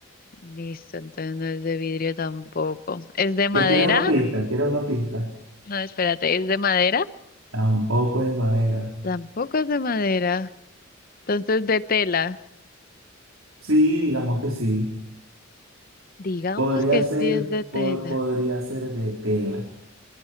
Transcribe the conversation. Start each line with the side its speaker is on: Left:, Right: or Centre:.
Left: Listo, entonces no es de vidrio tampoco. ¿Es de madera?
Right: ¿Qué quieres una pista? ¿Quieres una pista?
Left: No, espérate, ¿es de madera?
Right: Tampoco es de madera.
Left: Tampoco es de madera. Entonces de tela.
Right: Sí, digamos que sí.
Left: Digamos
Right: Podría
Left: que
Right: ser,
Left: sí es de tela.
Right: po- podría ser de tela.